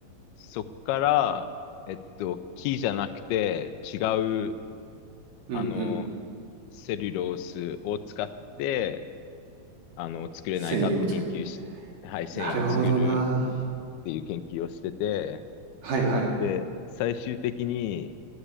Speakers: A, on the left; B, on the right.
A: そっから、えっと、木じゃなくて違う、
B: うんうん。
A: あの、セルロースを使って、あの、作れないかって研究し、
B: 繊維を作る。
A: はい、繊維を作る
B: なるほどな。
A: っていう研究をしてて、
B: はいはい。
A: で、最終的に、